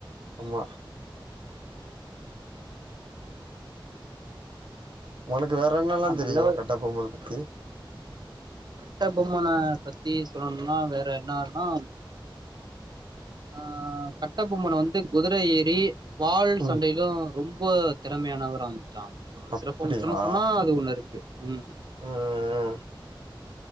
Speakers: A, on the right (about 70°); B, on the right (about 55°).
A: ஆமா உனக்கு வேற என்னலா
B: ஆமா
A: தெரியு
B: நல்லவர்
A: கட்டபொம்மன பத்தி
B: கட்ட பொம்மன பத்தி சொல்லணும்னா வேற என்னான்னா ஆ கட்ட பொம்மன வந்து குதுர ஏறி வால்
A: ம்
B: சண்டைக்கு ரொம் ம்ப திறமையானவராம் ச்சா ஒரு
A: அப்படியா
B: சிறப்பம்சனு சொன்னா அது ஒன்னு இருக்கு ம்
A: ம்